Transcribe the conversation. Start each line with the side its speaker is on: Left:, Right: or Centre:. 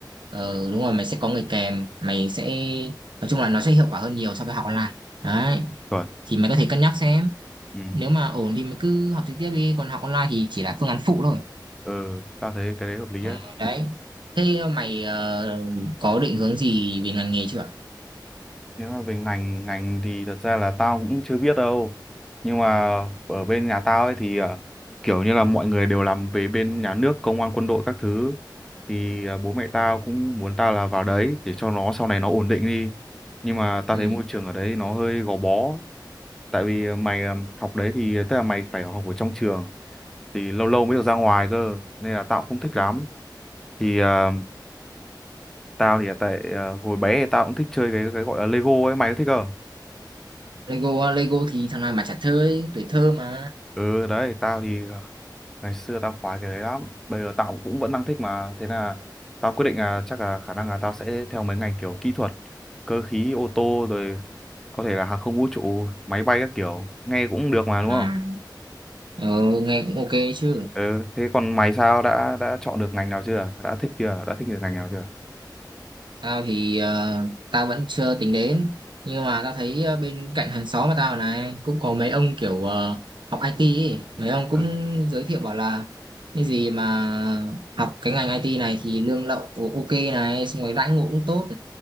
Right: ờ, đúng rồi mày sẽ có người kèm mày sẽ nói chung là nó sẽ hiệu quả hơn nhiều so với học online đấy
Centre: chuẩn
Right: thì mày có thể cân nhắc xem
Centre: ừ
Right: nếu mà ổn thì mày cứ học trực tiếp đi còn học online thì chỉ là phương án phụ thôi
Centre: ừ tao thấy cái đấy hợp lý
Right: Ờ,
Centre: đấy
Right: đấy thế ờ, mày ờ, có định hướng gì về ngành nghề chưa
Centre: nếu mà về ngành ngành thì thật ra là tao cũng chưa biết đâu nhưng mà ở bên nhà tao ấy thì à, kiểu như là mọi người đều làm về bên nhà nước công an quân đội các thứ thì à, bố mẹ tao cũng muốn tao là vào đấy để cho nó sau này nó ổn định đi nhưng mà tao
Right: ừ.
Centre: thấy môi trường ở đấy nó hơi gò bó tại vì mày à, học đấy thì tức là mày phải học ở trong trường thì lâu lâu mới được ra ngoài cơ nên là tao cũng không thích
Right: ừ.
Centre: lắm thì ờ, tao thì tại ờ, hồi bé thì tao cũng thích chơi cái cái gọi là Lego ấy mày có thích không
Right: Lego ờ, Lego thì thằng nào mà chả thơ tuổi thơ mà
Centre: ừ đấy tao thì ờ, ngày xưa tao khoái cái đấy lắm bây giờ tao cũng vẫn đang thích mà thế là tao quyết định là chắc là khả năng là tao sẽ theo mấy ngành kiểu kỹ thuật cơ khí ô tô rồi có thể là hàng không vũ trụ máy bay các kiểu nghe cũng được mà đúng
Right: à.
Centre: không
Right: ờ, nghe cũng ok chứ
Centre: ừ thế còn mày sao đã đã chọn được ngành nào chưa đã thích chưa đã thích được ngành nào chưa
Right: tao thì ờ, tao vẫn chưa tính đến nhưng mà tao thấy ờ, bên cạnh hàng xóm mà tao này cũng có mấy ông kiểu ờ, học IT ấy. mấy ông
Centre: Ờ.
Right: cũng giới thiệu bảo là cái gì mà học cái ngành IT này thì lương lậu ok này xong rồi đãi ngộ cũng tốt